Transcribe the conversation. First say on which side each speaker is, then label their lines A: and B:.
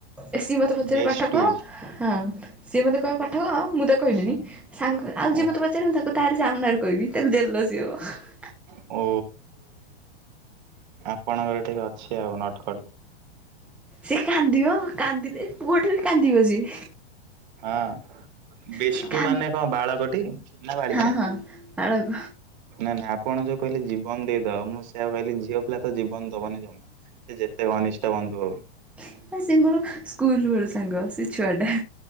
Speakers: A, in the centre; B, on the right.
A: ଏ ସିଏ ମତେ ପଚାରିବ
B: ବେଷ୍ଟୁ
A: ପାଠ କହ ହଁ ସିଏ ମୋତେ କହିବ ପାଠ କହ ମୁଁ ତାକୁ କହିବିନି।
B: ହୁଁ,
A: ସାଙ୍ଗ ଆଉ
B: ଓ
A: ଯିଏ ମତେ ପଚାରିବନି ତାକୁ ତାରି ସାମ୍ନାରେ କହିବି ତାକୁ ଜେଲସି ହବ।
B: ଓ। ଆପଣଙ୍କର ଟିକେ ଅଛି ଆଉ ନଟ ଖ
A: ସିଏ କାନ୍ଦିବ କାନ୍ଦିଲେ ପୁଅଟେ ବି କାନ୍ଦିବ ସିଏ।
B: ହଁ ବେଷ୍ଟୁ
A: ସିଏ କା
B: ମାନେ କଣ ବାଳକଟି? ନ ବାଳିକା?
A: ହଁ ହଁ ବାଳକ
B: ନା ନା ଆପଣ ଯୋଉ କହିଲେ ଜୀବନ ଦେଇଦବ ମୁଁ ସେଇଆ କହିଲି ଝିଅ ପିଲା ତ ଜୀବନ ଦବନି ଜମା। ସେ ଯେତେ ଘନିଷ୍ଟ ବନ୍ଧୁ ହୋଉ।
A: ହ ହେ ସେ ମୋର ସ୍କୁଲ ବେଳୁ ସାଙ୍ଗ ସେ ଛୁଆ ଟା